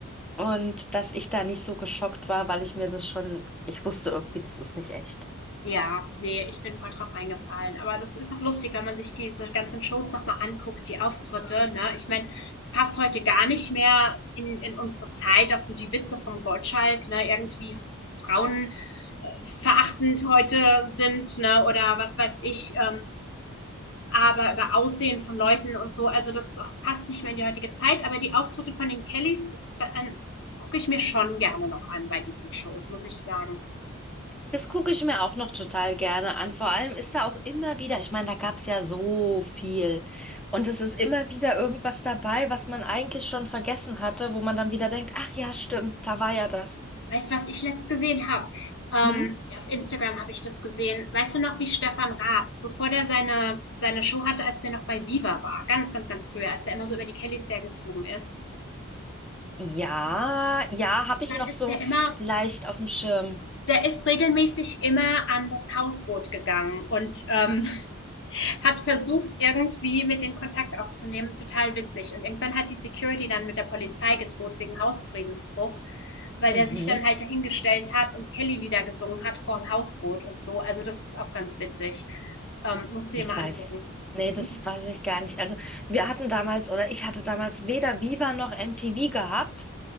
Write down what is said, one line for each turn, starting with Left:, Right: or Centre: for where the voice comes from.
Centre: und dass ich da nicht so geschockt war, weil ich mir das schon, ich wusste irgendwie, das ist nicht echt.
Left: Ja, nee, ich bin voll drauf reingefallen. Aber das ist auch lustig, wenn man sich diese ganzen Shows nochmal anguckt, die Auftritte, ne? Ich meine, es passt heute gar nicht mehr in, in unsere Zeit, auch so die Witze vom Gottschalk, ne? Irgendwie f- Frauen äh, verachtend heute sind, ne? Oder was weiß ich, ähm, aber über Aussehen von Leuten und so. Also das passt nicht mehr in die heutige Zeit. Aber die Auftritte von den Kellys äh, gucke ich mir schon gerne noch an bei diesen Shows, muss ich sagen.
Centre: Das gucke ich mir auch noch total gerne an. Vor allem ist da auch immer wieder, ich meine, da gab's ja so viel. Und es ist immer wieder irgendwas dabei, was man eigentlich schon vergessen hatte, wo man dann wieder denkt, ach ja, stimmt, da war ja das.
Left: Weißt du, was ich letztes gesehen habe? Ähm,
Centre: Hm?
Left: ja, auf Instagram habe ich das gesehen. Weißt du noch, wie Stefan Raab, bevor der seine, seine Show hatte, als der noch bei Viva war, ganz, ganz, ganz früher, als der immer so über die Kellys hergezogen ist,
Centre: Ja, ja, habe ich
Left: dann
Centre: noch
Left: ist
Centre: so
Left: der immer,
Centre: leicht auf dem Schirm.
Left: der ist regelmäßig immer an das Hausboot gegangen und ähm, hat versucht, irgendwie mit den Kontakt aufzunehmen. Total witzig. Und irgendwann hat die Security dann mit der Polizei gedroht wegen Hausfriedensbruch, weil
Centre: Mhm.
Left: der sich dann halt dahingestellt hat und Kelly-Lieder gesungen hat vorm Hausboot und so. Also das ist auch ganz witzig. Ähm, musst du
Centre: Das
Left: dir mal
Centre: weiß,
Left: angucken.
Centre: nee, das
Left: Mhm.
Centre: weiß ich gar nicht. Also wir hatten damals oder ich hatte damals weder Viva noch MTV gehabt